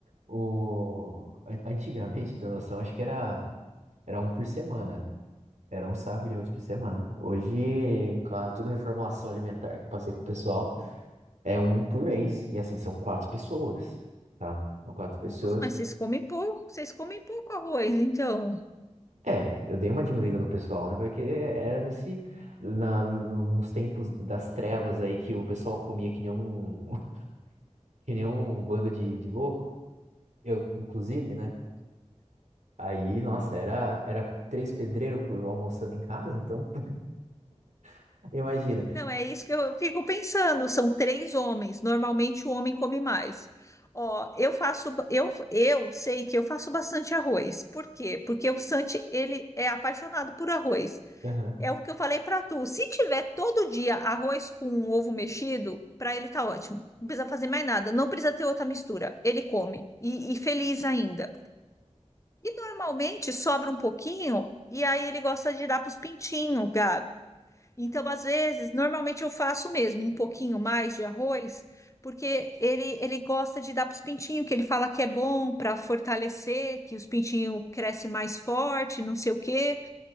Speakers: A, on the right; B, on the left.
A: o... an- antigamente, pra ter noção, acho que era, era um por semana. Era um saco de arroz por semana. Hoje, com a, toda a reformulação alimentar que eu passei com o pessoal. É um por mês. E assim, são quatro pessoas, tá? São quatro pessoas.
B: Nossa, mas vocês comem pouco, vocês comem pouco arroz, então.
A: É, eu dei uma diminuída no pessoal, né? Porque era nesse, na, no- nos tempos das trevas aí que o pessoal comia que nem um, <laughs> que nem um bando de, de louco. Eu, inclusive, né? Aí, nossa, era, era três pedreiros por- almoçando em casa, então <laughs> imagina.
B: Não, é isso que eu fico pensando. São três homens. Normalmente o homem come mais. Ó, eu faço, ba- eu, eu sei que eu faço bastante arroz. Por quê? Porque o Santi, ele é apaixonado por arroz.
A: Aham.
B: É o que eu falei para tu. Se tiver todo dia arroz com um ovo mexido, para ele tá ótimo. Não precisa fazer mais nada. Não precisa ter outra mistura. Ele come e, e feliz ainda. E normalmente sobra um pouquinho e aí ele gosta de dar para os pintinhos, então, às vezes, normalmente eu faço mesmo um pouquinho mais de arroz, porque ele, ele gosta de dar para os pintinhos, que ele fala que é bom para fortalecer, que os pintinhos crescem mais forte, não sei o quê.